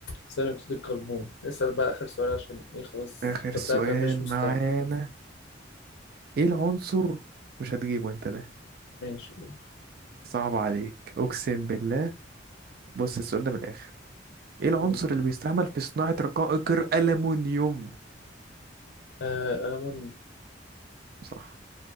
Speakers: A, on the left; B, on the right.
A: ثاني أكسيد الكربون اسأل بقى آخر سؤال عشان إيه خلاص
B: آخر
A: أنت طلعت
B: سؤال
A: مفيش مستوى
B: معانا ايه العنصر مش هتجيبه انت ده
A: ماشي قول
B: صعب عليك أقسم بالله بص السؤال ده من الآخر ايه العنصر
A: قول
B: اللي بيستعمل في صناعة رقائق الألمنيوم
A: آه الألمونيوم
B: صح